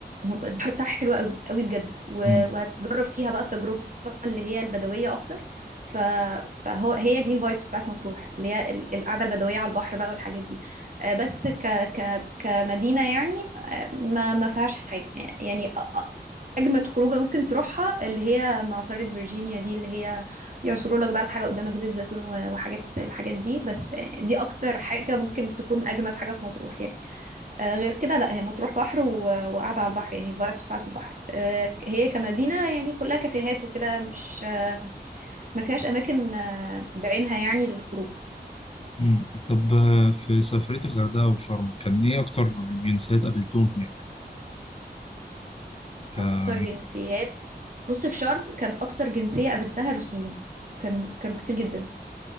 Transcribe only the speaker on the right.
البحر بتاعها حلو قوي قوي بجد و-
وهتجرب فيها بقى التجربة اللي هي البدوية أكتر ف... فهو هي دي الفايبس بتاعت مطروح اللي هي ال- القعدة البدوية على البحر بقى والحاجات دي آه، بس ك... ك... كمدينة يعني آه، ما ما فيهاش حاجة يعني اجمد خروجه ممكن تروحها اللي هي معصرة فيرجينيا دي اللي هي يعصروا لك بقى الحاجه قدامك زيت زيتون و- وحاجات الحاجات دي بس دي اكتر حاجه ممكن تكون اجمد حاجه في مطروح يعني آه، غير كده لا هي مطروح بحر و- وقاعده على البحر يعني الفايبس بتاعت البحر آه، هي كمدينه يعني كلها كافيهات وكده مش ما فيهاش اماكن آه، بعينها يعني للخروج
اكتر جنسيات بص في شرم كان اكتر جنسيه قابلتها روسيين كانوا كانوا كتير جدا